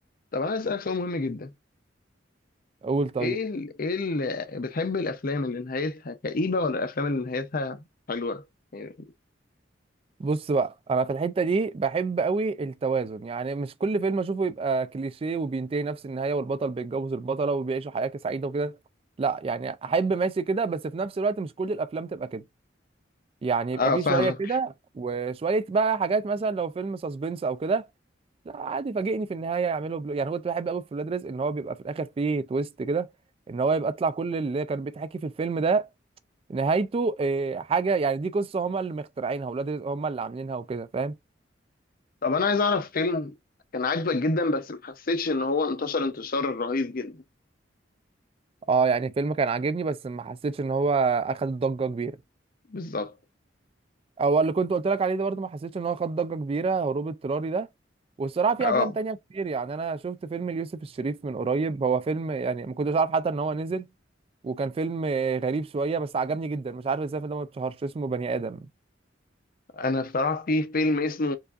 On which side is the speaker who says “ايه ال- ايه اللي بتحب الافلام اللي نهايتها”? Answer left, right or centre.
Left